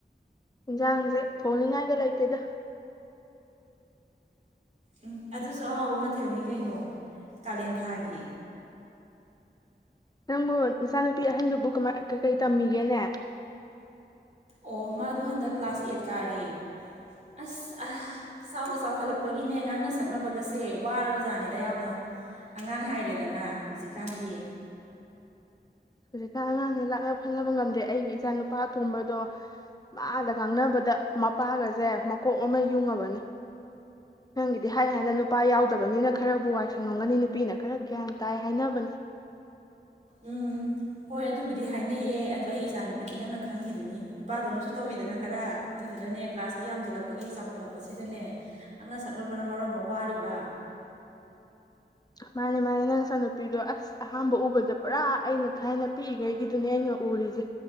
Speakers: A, on the left (about 20°); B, on the right (about 40°).
A: ꯏꯟꯖꯥꯡꯁꯦ ꯊꯣꯡꯅꯤꯡꯉꯥꯏꯒ ꯂꯩꯇꯦꯗ
B: ꯎꯝ ꯑꯗꯨꯁꯨ ꯑꯍꯥꯎꯕ ꯃꯊꯦꯜꯅꯤ ꯀꯩꯅꯣ ꯀꯥꯂꯦꯟ ꯊꯥꯒꯤ
A: ꯅꯪꯕꯨ ꯅꯆꯥꯅꯨꯄꯤ ꯑꯍꯟꯗꯨꯕꯨ ꯀꯃꯥꯏ ꯀꯀꯩ ꯇꯝꯃꯤꯒꯦꯅꯦ
B: ꯑꯣ ꯃꯥꯗꯣ ꯍꯟꯗꯛ ꯀ꯭ꯂꯥꯁ ꯑꯦꯠ ꯀꯥꯔꯦ ꯑꯁ ꯑ ꯆꯥꯎꯒ ꯆꯥꯎꯈꯠꯂꯛꯄꯒꯤꯅꯦ ꯉꯥꯡꯅ ꯁꯛꯅꯕꯒꯁꯦ ꯋꯥꯔꯕ ꯖꯥꯠꯅꯤꯗ ꯌꯥꯝꯅ ꯑꯉꯥꯡ ꯍꯥꯏꯔꯦꯗꯅ ꯍꯧꯖꯤꯛꯀꯥꯟꯒꯤ
A: ꯍꯧꯖꯤꯛꯀꯥ ꯑꯉꯥꯡꯁꯤ ꯂꯥꯛ ꯈ ꯐꯥꯅꯕ ꯉꯝꯗꯔꯤ ꯑꯩꯒꯤ ꯏꯆꯥꯅꯨꯞ ꯑ ꯇꯨꯝꯕꯗꯣ ꯃꯥꯗ ꯉꯥꯡꯅꯕꯗ ꯃꯄꯥꯒꯖꯦ ꯃꯀꯣꯛ ꯃꯃꯩ ꯌꯨꯡꯉꯕꯅꯤ ꯅꯪꯒꯤꯗꯤ ꯍꯥꯏ ꯍꯥꯏꯅ ꯅꯨꯄꯥ ꯌꯥꯎꯗꯕꯅꯤꯅ ꯈꯔꯕꯨ ꯋꯥꯏꯁꯪꯉꯝꯒꯅꯤ ꯅꯨꯄꯤꯅ ꯈꯔ ꯒ꯭ꯌꯥꯟ ꯇꯥꯏ ꯍꯥꯏꯅꯕꯅꯤ
B: ꯎꯝ ꯍꯣꯏ ꯑꯗꯨꯕꯨꯗꯤ ꯍꯥꯏꯅꯩꯌꯦ ꯑꯗꯨ ꯑꯩꯒꯤ ꯏꯆꯥꯅꯨꯄꯤꯗꯤ ꯅꯪꯅ ꯈꯪꯉꯤꯗꯨꯅꯤ ꯅꯨꯄꯥꯗꯧꯅꯁꯨ ꯇꯧꯋꯤꯗꯅ ꯈꯔ ꯑꯗꯨꯗꯨꯅꯅꯦ ꯀ꯭ꯂꯥꯁꯀ ꯌꯥꯝꯖꯤꯜꯂꯛꯄꯒꯤ ꯆꯥꯎꯈꯠꯂꯛꯄꯁꯤꯗꯅꯦ ꯑꯩꯅ ꯁꯛꯅꯕꯅ ꯃꯔꯣ ꯑꯃ ꯋꯥꯔꯤꯕ
A: ꯃꯥꯅꯦ ꯃꯥꯅꯦ ꯅꯪꯆꯥꯅꯨꯄꯤꯗꯣ ꯑꯁ ꯑꯍꯥꯥꯟꯕ ꯎꯕꯗ ꯄꯨꯔꯥ ꯑꯩꯅ ꯊꯥꯏꯅ ꯄꯤꯛꯏꯉꯩꯒꯤꯗꯨꯅꯦ ꯑꯩꯅ ꯎꯔꯤꯖꯦ